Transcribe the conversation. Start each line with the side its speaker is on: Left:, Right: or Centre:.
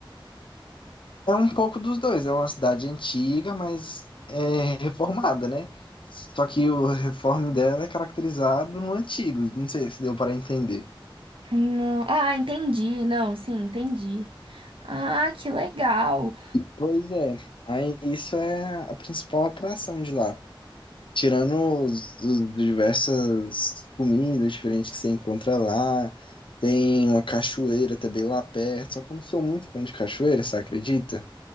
Left: É um pouco dos dois. É uma cidade antiga, mas é reformada, né? Só que o reforme dela é caracterizado no antigo. Não sei se deu para entender.
Right: Não. Ah, entendi. Não, sim, entendi. Ah, que legal.
Left: Pois é. Aí isso é a principal atração de lá. Tirando os, os diversas comidas diferentes que você encontra lá. Tem uma cachoeira também lá perto. Só que eu não sou muito fã de cachoeira, você acredita?